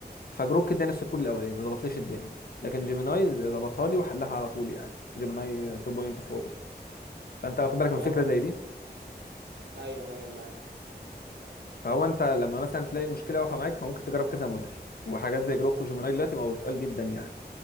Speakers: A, on the left; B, on the right.
A: فجروك اداني السكور الاولاني ما ضبطليش الداني لكن جيميناي ضبطها لي وحلها على طول يعني جيميناي 2.4 فانت واخد بالك من
B: اه
A: فكره زي دي
B: ايوه ايوه معاك
A: فهو انت لما مثلا تلاقي المشكله واقفه معاك فممكن تجرب كذا موديل وحاجات زي جروك وجيميناي دلوقتي بقوا تقال جدا يعني